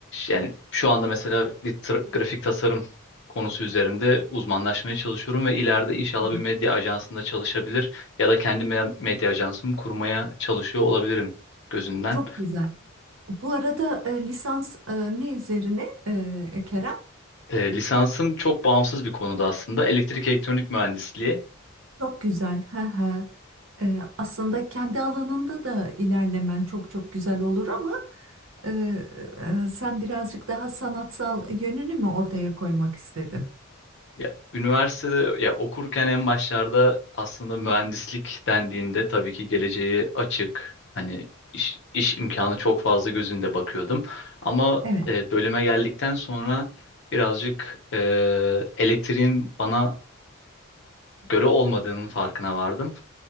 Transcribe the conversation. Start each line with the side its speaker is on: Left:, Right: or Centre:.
Left: yani şu anda mesela bir tra- grafik tasarım konusu üzerinde uzmanlaşmaya çalışıyorum ve ileride inşallah
Right: Tabii.
Left: bir medya ajansında çalışabilir ya da kendi me- medya ajansımı kurmaya çalışıyor olabilirim gözünden.
Right: Çok güzel. Bu arada e, lisans e, ne üzerine e, e, Kerem?
Left: E, lisansım çok bağımsız bir konuda aslında elektrik elektronik mühendisliği.
Right: Çok güzel. Hı hı. E, aslında kendi alanında da ilerlemen çok çok güzel olur ama e, e, sen birazcık daha sanatsal yönünü mü ortaya koymak istedin?
Left: Ya üniversitede ya okurken en başlarda aslında mühendislik dendiğinde tabii ki geleceği açık hani iş, iş imkanı çok fazla gözünde bakıyordum. Ama
Right: Evet,
Left: e, bölüme geldikten sonra birazcık e, elektriğin bana göre olmadığının farkına vardım.